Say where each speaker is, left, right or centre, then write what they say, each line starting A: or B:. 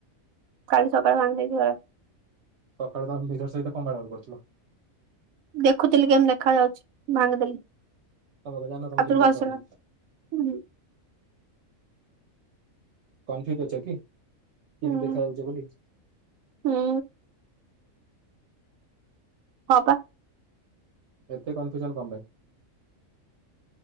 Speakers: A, on the right (about 85°); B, on the right (about 60°).
A: କାଲି ସକାଳ ସାଙ୍ଗ ଦେଖିବ।
B: ସକାଳୁ ତମେ ନିରାଷ ହେଇ ତାକୁ କପାଇଁ ଗାଳି କରୁଥିଲ।
A: ଦେଖୁଥିଲି କେମିତି ଦେଖା ଯାଉଚି ଭାଙ୍ଗିଦେଲି।
B: ତମେ କଣ ଜାଣିନ ତମେ
A: ଅତୁର୍
B: କେମିତି
A: ବାର
B: ଦେଖାଯାଉଛ
A: ଶୁଣ ହୁଁ।
B: କନଫ୍ୟୁଜ ଅଛ କି?
A: ହୁଁ
B: କେମତି ଦେଖା ଯାଉଚ ବୋଲି ଉଁ।
A: ହୁଁ ହଁ ପା।
B: ଏତେ କନଫ୍ୟୁଜନ କଣ ପାଇଁ।